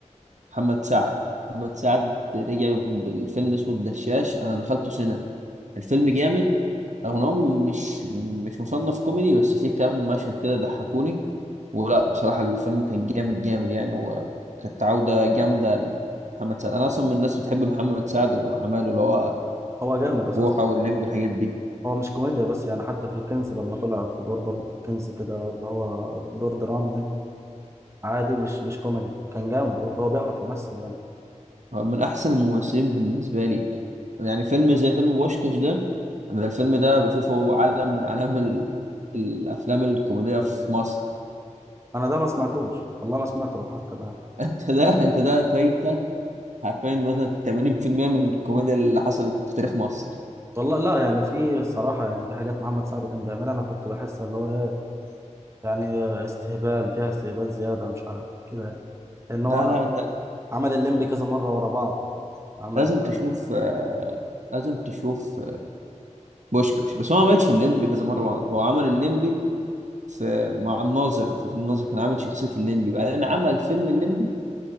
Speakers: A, on the right; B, on the right.
A: محمد سعد محمد سعد رجع بالفيلم اسمه الدشاش أنا دخلته سينما الفيلم جامد رغم إن هو مش مش مصنف كوميدي بس فيه كام مشهد كده ضحكوني ولا بصراحة الفيلم كان جامد جامد يعني وكانت عودة جامدة لمحمد سعد أنا أصلا من الناس بتحب محمد سعد وأعماله اللي هو
B: هو جامد أساسا
A: بوحة واللمبي الحاجات دي
B: هو مش كوميديا بس يعني حتى في الكنز لما طلع في دور برضه في الكنز كده اللي هو دور درامي يعني عادي مش مش كوميدي كان جامد برضه هو بيعرف يمثل يعني
A: هو من أحسن الممثلين بالنسبة لي يعني فيلم زي فيلم بوشكاش ده أنا الفيلم ده بشوفه علم من أعلام ال... الأفلام الكوميدية في مصر
B: انا ده ما سمعتوش والله ما سمعته حتى الان
A: <laughs> أنت ده أنت ده فايتك حرفيا مثلا 80% من الكوميديا اللي حصلت في تاريخ مصر
B: والله لا يعني في الصراحة يعني في حاجات محمد سعد كان بيعملها أنا كنت بحس اللي هو إيه يعني استهبال فيها استهبال زيادة مش عارف كده يعني لأن هو
A: لا لا أنت
B: عمل الليمبي كذا مرة ورا بعض عمل
A: لازم تشوف
B: مش
A: آه، لازم تشوف بوشكاش بس هو ما عملش الليمبي كذا مره بعض هو عمل الليمبي في مع الناظر في فيلم الناظر كان عامل شخصيه الليمبي بعدين عمل فيلم الليمبي